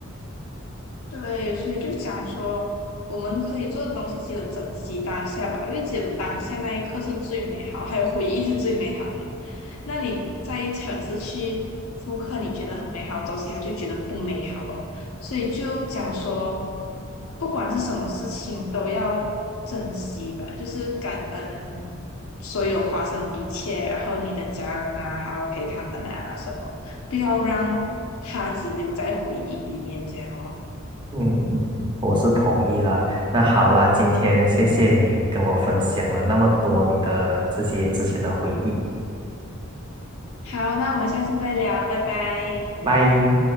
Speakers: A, on the left (about 85°); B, on the right (about 20°).
A: 对，所以就讲说，我们可以做的东西只有珍惜当下吧，因为只有当下那一刻是最美好，还有回忆是最美好。那你再尝试去复刻你觉得很美好的东西，他就觉得不美好了。所以就讲说，不管是什么事情都要珍惜吧，就是感恩所有发生的一切，然后你的家人啊，还要陪他们啊什么，不要让它只留在回忆里面这样咯。
B: 嗯嗯，我是同意啦。那好啦，今天谢谢你跟我分享了那么多你的这些之前的回忆。
A: 好，那我们下次再聊，拜拜。
B: 拜。